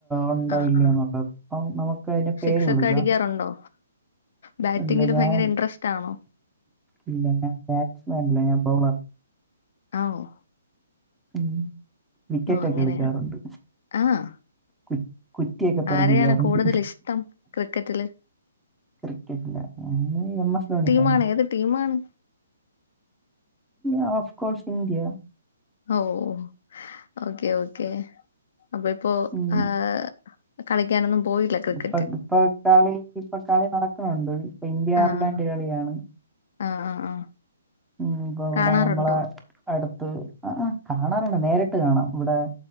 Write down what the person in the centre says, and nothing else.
ഒണ്ടോ
ഇല്ലിയോ
എന്നുള്ളത് അപ്പം നമുക്ക് അതിന്
പേര് കൊടുക്കാം
ഇല്ല ഞാൻ
ഇല്ല ഞാൻ ബാറ്റ്മാൻയല്ല ഞാൻ ബൗളർ
ഉം വിക്കറ്റ്
ഒക്കെ
എടുക്കാറുണ്ട്
കു കുറ്റിയൊക്കെ തെറപ്പിക്കാറുണ്ട്
ക്രിക്കറ്റില് എം എസ് ധോണി ഫാനാണ്
ആ ഓഫ് കോസ് ഇന്ത്യ
ഉം.
ഇപ്പൊ ഇപ്പൊ കളി ഇപ്പൊ കളി നടക്കുന്നുണ്ട് ഇപ്പൊ ഇന്ത്യ അയർലാൻഡ്
കിയാണ്
ഉ ഇപ്പൊ ഇവിടെ
നമ്മളെ അടുത്ത് ആഹ് കാണാറുണ്ട് നേരിട്ട് കാണാം ഇവിടെ